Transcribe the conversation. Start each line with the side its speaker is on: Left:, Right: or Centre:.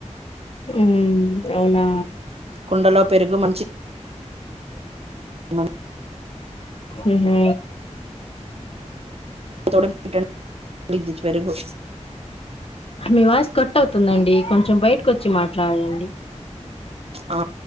Left: ఊ అవునా
Right: కుండలో పెరుగు మంచి మన
Left: ఉహూ
Right: <inaudible> పెరుగు
Left: మీ వాయిస్ కట్ అవుతుందండి కొంచెం బయటకు వచ్చి మాట్ ట్లాడండి
Right: ఆ